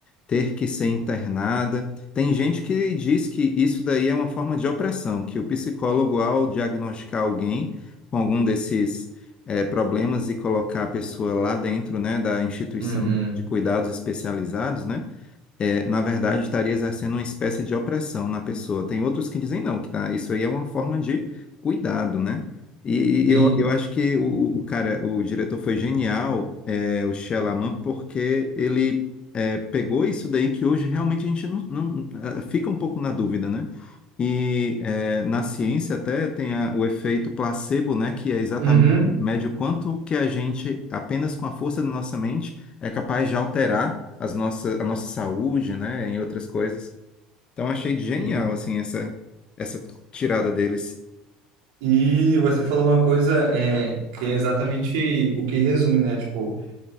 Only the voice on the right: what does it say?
uhum.
Sim.
Uhum.
E,
e você falou uma coisa é, que é exatamente o que resume, né? Tipo,